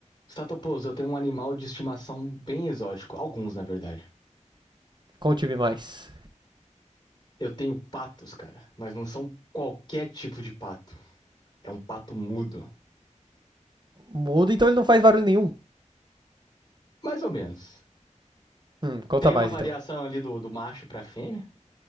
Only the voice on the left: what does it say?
Statopoulos, eu tenho um animal de estimação bem exótico, alguns na verdade.
Eu tenho patos, cara, mas não são qualquer tipo de pato. É um pato mudo,
mais ou menos.
Tem
uma variação
ali do, do macho pra fêmea.